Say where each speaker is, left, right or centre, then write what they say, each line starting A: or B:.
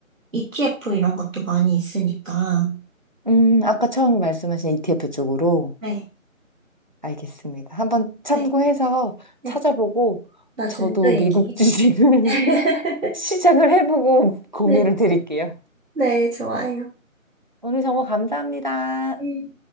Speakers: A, on the right (about 65°); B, on the right (about 35°).
A: ETF 이런 것도 많이 있으니까.
B: 음, 아까 처음 말씀하신 ETF 쪽으로
A: 네,
B: 알겠습니다. 한번 참고해서
A: 네, 네.
B: 찾아보고
A: 나중에
B: 저도
A: 또 얘기해요.
B: 미국 주식을
A: <laughs>
B: <laughs> 시작을 해보고 공유를
A: 네,
B: 드릴게요.
A: 네, 좋아요.
B: 오늘 정보 감사합니다.
A: 음.